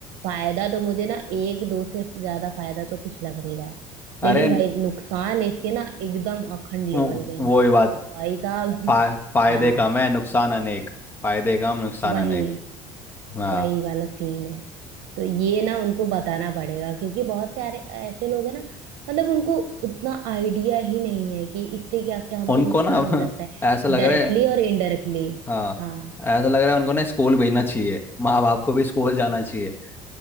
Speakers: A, on the right (about 80°); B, on the left (about 20°).
A: फायदा तो मुझे ना एक दो से ज्यादा फायदा तो कुछ लग नहीं रहा है
B: अरे
A: लेकिन भाई नुकसान इसके ना एकदम अखंड लेवल
B: वो
A: के हैं
B: वो ही बात
A: कि भाई साहब
B: फा, फायदे
A: हाँ
B: कम है नुकसान अनेक फायदे कम नुकसान
A: वही
B: अनेक हाँ
A: वही वाला सीन है तो ये ना उनको बताना पड़ेगा क्योंकि बहुत सारे ऐसे लोग हैं ना मतलब उनको उतना आइडिया ही नहीं है कि इससे क्या क्या हमको
B: उनको
A: नुकसान
B: ना <laughs> अब
A: हो सकता है
B: ऐसा लग
A: डायरेक्टली
B: रहा है
A: और इनडायरेक्टली
B: हाँ
A: हाँ
B: ऐसा लग रहा है उनको ना स्कूल भेजना चाहिए माँ बाप को भी स्कूल जाना चाहिए